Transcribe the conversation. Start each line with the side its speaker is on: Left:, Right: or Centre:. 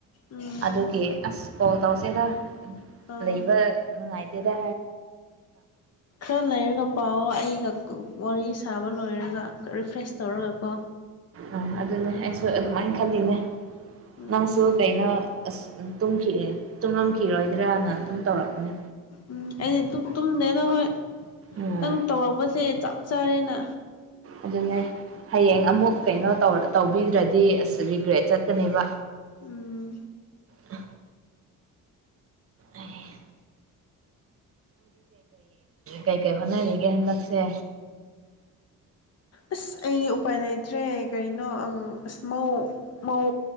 Left: ꯎꯝ
Right: ꯑꯗꯨꯒꯤ ꯑꯁ ꯀꯣꯜ ꯇꯧꯁꯦꯗ
Left: ꯑꯥ
Right: ꯂꯩꯕ ꯅꯨꯡꯉꯥꯏꯇꯦꯗ꯫
Left: ꯈꯔ ꯂꯩꯔꯒ ꯄꯥꯎ ꯑꯩꯒ ꯋꯥꯔꯤ ꯁꯥꯕ ꯂꯣꯏꯔꯒ꯫ ꯔꯤꯐ꯭ꯔꯦꯁ ꯇꯧꯔꯒꯀꯣ꯫
Right: ꯑꯝ ꯑꯗꯨꯅꯦ ꯑꯩꯁꯨ ꯑꯗꯨꯃꯥꯏꯅ ꯈꯜꯂꯤꯅꯦ꯫
Left: ꯎꯝ
Right: ꯅꯪꯁꯨ ꯀꯩꯅꯣ ꯑꯁ ꯇꯨꯝꯈꯤꯒꯦ꯫ ꯇꯨꯝꯂꯝꯝꯈꯤꯔꯣꯏꯗ꯭ꯔꯅ ꯑꯗꯨꯝ ꯇꯧꯔꯛꯄꯅꯦ꯫
Left: ꯎꯝ ꯑꯩ ꯇꯨꯝ ꯇꯨꯝꯗꯦꯗ ꯍꯣꯏ꯫
Right: ꯎꯝ
Left: ꯅꯪ ꯇꯧꯔꯛꯕꯁꯦ ꯆꯞ꯫ ꯆꯔꯦꯅꯥ꯫
Right: ꯑꯗꯨꯅꯦ꯫ ꯍꯌꯦꯡ ꯑꯃꯨꯛ ꯀꯩꯅꯣ ꯇꯧ ꯇꯧꯕꯤꯗ꯭ꯔꯗꯤ ꯑꯁ ꯔꯤꯒ꯭ꯔꯦꯠ ꯆꯠꯀꯅꯦꯕ꯫
Left: ꯎꯝ
Right: ꯍ꯫ ꯑꯥ꯫ ꯀꯩꯀꯩ ꯍꯣꯠꯅꯔꯤꯒꯦ ꯍꯟꯗꯛꯁꯦ꯫
Left: ꯑꯁ ꯑꯩ ꯎꯄꯥꯏ ꯂꯩꯇ꯭ꯔꯦ ꯀꯔꯤꯅꯣ ꯑꯁ ꯃꯧ ꯃꯧ